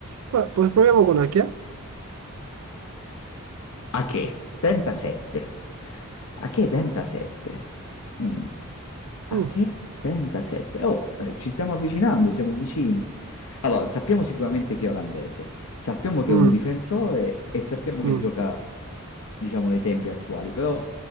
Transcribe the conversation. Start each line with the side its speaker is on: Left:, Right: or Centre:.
Right: poi- poi proviamo con Achia.
Left: Ache, tenta 7. Ache tenta 7. Mm. Ache
Right: Mm,
Left: tenta 7. Oh, eh, ci stiamo avvicinando, siamo vicini. Allora, sappiamo sicuramente che è olandese, sappiamo che
Right: mm,
Left: è un difensore e sappiamo che
Right: mm.
Left: gioca, diciamo, nei tempi attuali, però